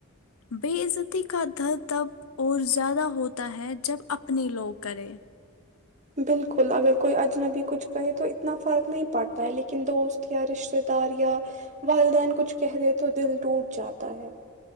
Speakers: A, on the left (about 80°); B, on the right (about 35°).
A: بےعزتی کا در تب اور زیادہ ہوتا ہے جب اپنے لوگ کرے
B: بالکل اگر کوئی اجنبی کچھ کہے تو اتنا فرق نہیں پڑتا ہے لیکن دوست یا رشتے دار یا والدین کچھ کہہ دے تو دل ٹوٹ جاتا ہے